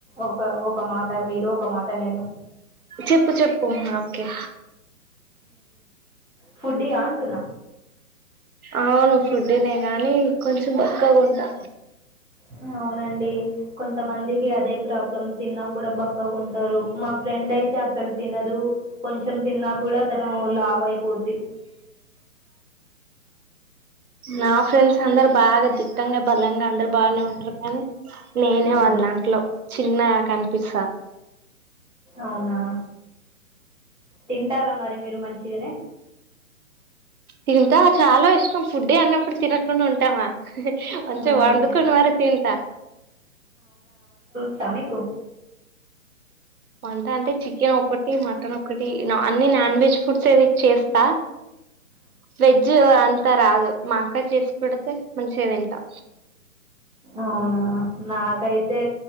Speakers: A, in the centre; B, on the right (about 85°).
A: ఒక ఒక మాట మీరు ఒక మాట నేను
B: చెప్పు చెప్పు హా కే
A: ఫుడ్డి య అంటున్న
B: అవును ఫుడ్డి నెగానీ కొంచెం బక్కగుంటా
A: హ అవునండి కొంతమందికి అదే ప్రాబ్లమ్ తిన్నా కూడా బక్కగుంటరూ మా ఫ్రెండ్ అయితే అసలు తినదు కొంచెం తిన్నా కూడా తను ఓ లావ్వైపోద్ది
B: నా ఫ్రెండ్స్ అందరు బాగా దిట్టంగా బలంగా అందరు బానే ఉంటరు కానీ నేనే
A: ఉమ్,
B: వాళ్ళ దాంట్లో చిన్నగా కనిపిస్తా
A: అవునా తింటార మరి మీర్ రు మంచిగనే
B: తింటా చాలా ఇష్టం ఫుడ్డీ అన్నప్పుడు తినకుండ ఉంటామా మంచిగా
A: మ్మ్
B: వండుకొని మరి తింటా
A: చ మీకు
B: వంట అంటే చికెన్ ఒకటి మటన్ ఒకటి అన్ని నాన్ వెజ్ ఫుడ్స్ ఏవి చేస్తా వెజ్ అంతా రాదు మ అక్క చేసి పెడితే మంచిగాదిం టా
A: అవునా నాకైతే